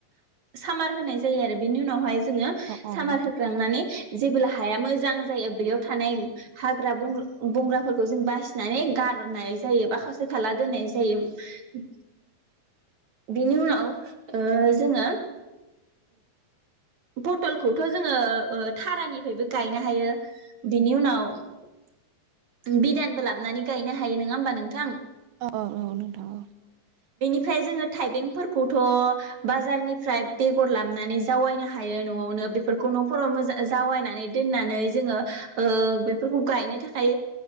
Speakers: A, on the right; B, on the right.
A: सामार होनाय जायो आरो बेनि उनावहाय जोङो
B: औ
A: सामार
B: नोंथां
A: होखांनानै जेबोला हाया मोजां जायो बेयाव थानाय हाग्रा बं बंग्राफोरखौ जों बासिनानै गारनाय जायो बा खावसे थालला दोननाय जायो बेनि उनाव जोङो पथलखौथ जोङो ओ थारानिफ्रायबो गायनो हायो बिनि उनाव बिदानबो लाबनानै गायनो हायो नङा होमबा नोंथां
B: औ औ नोंथां
A: ओमफ्राय जोङो थाइबेंफोरखौथ बाजारनिफ्राय बेगर लाबनानै जावैनो हा हायो नआवनो बेफोरखौ नफोरावो जावनानै दोननानै जोङो बेफोरखौ गायनो थाखाय